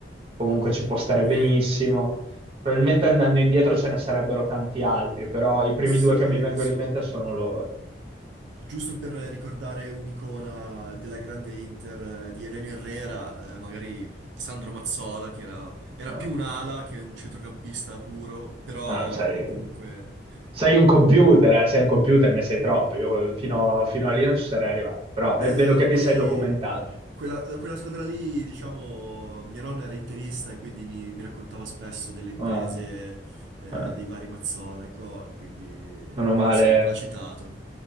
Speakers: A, on the right; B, on the right.
A: comunque ci può stare
B: Eh,
A: benissimo. Probabilmente andando indietro ce ne sarebbero tanti altri, però i primi
B: Sì,
A: due che mi vengono
B: adesso,
A: in mente sono loro.
B: giusto per ricordare un'icona della grande Inter eh, di Elenio Herrera, eh, magari Sandro Mazzola, che era, era
A: Ah,
B: più un ala che un centrocampista puro, però
A: ah, sei,
B: comunque
A: sei un computer, eh, sei un computer, ne sai troppo. Io fino, fino a lì non ci sarei arrivato, però
B: Eh,
A: eh, vedo
B: ma
A: che ti
B: poi
A: sei documentato.
B: quella, quella squadra lì, diciamo, mia nonna era interista e quindi mi, mi raccontava spesso delle imprese
A: Ah,
B: eh,
A: ah,
B: dei vari Mazzola e co, quindi,
A: meno
B: quindi
A: male,
B: sì, me l'ha citato.